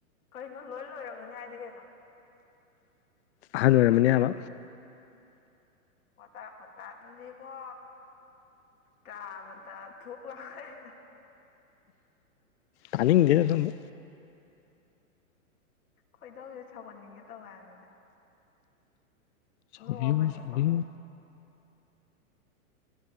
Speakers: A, on the left; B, on the left.
A: ꯀꯩꯅꯣ ꯂꯣꯏ ꯂꯣꯏꯔꯝꯃꯅꯤ ꯍꯥꯏꯗꯤ ꯀꯩꯅꯣ
B: ꯑꯍꯜ ꯑꯣꯏꯔꯝꯃꯅꯦ ꯍꯥꯏꯕ
A: ꯋꯥꯇꯥ ꯈꯣꯟꯗ ꯗꯨꯗꯤꯀꯣ ꯇꯕꯥꯗ ꯊꯨꯛ ꯂꯥꯎ
B: ꯇꯅꯤꯡꯗꯦ ꯑꯗꯨꯝꯕ
A: ꯈꯣꯏꯗꯧꯁꯦ ꯁꯧꯒꯠꯅꯤꯡꯒꯦ ꯇꯧ ꯍꯥꯏꯝꯅꯤꯗ
B: ꯁꯥꯎꯕꯤꯌꯨ
A: ꯅꯣꯛꯑꯕꯅꯤꯀꯣ
B: ꯁꯥꯎꯕꯤꯌꯨ